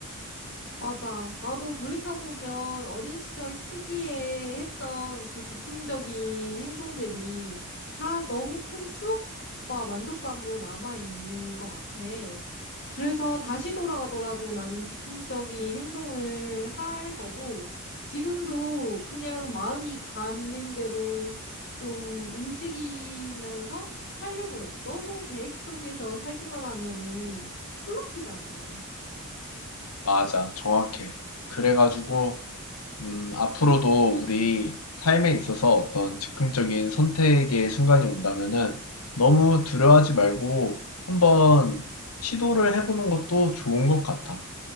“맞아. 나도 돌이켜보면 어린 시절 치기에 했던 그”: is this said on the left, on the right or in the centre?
Left